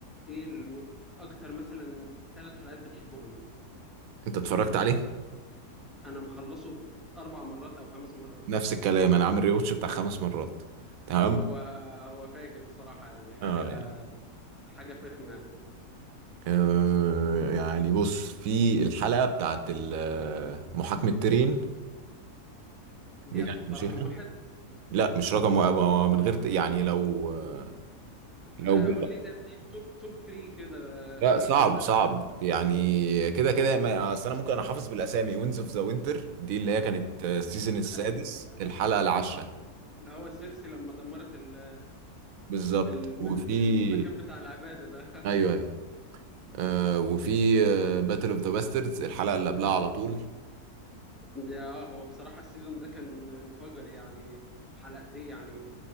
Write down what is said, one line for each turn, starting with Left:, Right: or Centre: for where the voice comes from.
Centre: إيه الم... أكتر مثلا ثلاث حلقات بتحبهم؟
Right: انت اتفرجت عليه
Centre: أنا مخلصه أربع مرات أو خمس مرات
Right: نفس الكلام انا عامل ريوتش بتاع خمس مرات تمام
Centre: هو هو فاجر بصراحة يعني حاجة
Right: اه يعني
Centre: حاجة فخمة يعني
Right: أه... يعني بص في الحلقة بتاعت ال- محاكمة تيرين
Centre: دي
Right: دي كانت
Centre: هتحطها
Right: فشيخة
Centre: رقم واحد
Right: لا مش رقم واحد هو من غير ت- يعني لو آه، لو
Centre: آه، قول لي ترتيب توب توب 3 كده
Right: لا
Centre: أحسن
Right: صعب
Centre: ثلاث
Right: صعب يعني كده كده ما- اصل انا ممكن انا حافظ بالاسامي وينز اوف ذا وينتر دي اللي هي كانت السيزون السادس
Centre: أيوه
Right: الحلقه العاشره
Centre: اللي هو اللي هو سيرسي لما دمرت ال...
Right: بالظبط
Centre: الم...
Right: وفي
Centre: المكان بتاع العبادة ده <laughs>
Right: ايوه ايوه آه وفي باتل اوف ذا باستردز الحلقه اللي قبلها على طول
Centre: ده اه هو بصراحة السيزون ده كان انفجر يعني حلقتين يعني